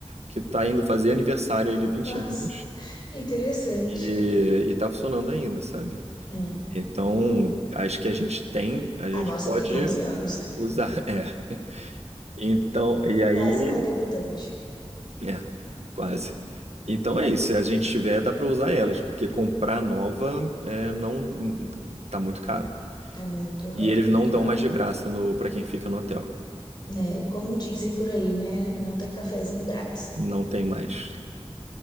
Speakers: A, on the right; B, on the left.
A: que tá indo fazer aniversário aí de vinte
B: nossa,
A: anos
B: interessante.
A: e, e tá funcionando ainda, sabe?
B: Hum,
A: Então, acho que a gente tem, a gente
B: A nossa
A: pode
B: tem 11 anos,
A: usar, <laughs> é. Então, e aí,
B: quase uma debutante.
A: é, quase. Então é isso, se a gente tiver, dá pra usar elas, porque comprar nova é, não tá muito caro.
B: Tá muito, hã,
A: E eles
B: muito
A: não
B: caro.
A: dão mais de graça no para quem fica no hotel.
B: Né? Como dizem por aí, né? Não tem cafezinho grátis.
A: Não tem mais.